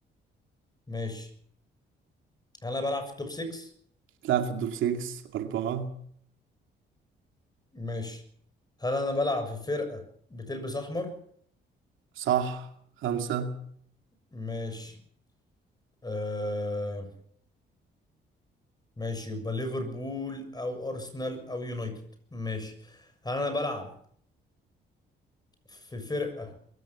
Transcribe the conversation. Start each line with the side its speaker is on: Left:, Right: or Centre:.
Left: ماشي هل انا بلعب في التوب 6
Right: تلعب في التوب 6 اربعة
Left: ماشي هل انا بلعب في فرقة بتلبس احمر
Right: صح خمسة
Left: ماشي أه ماشي يبقى ليفربول او ارسنال او يونايتد ماشي هل انا بلعب في فرقة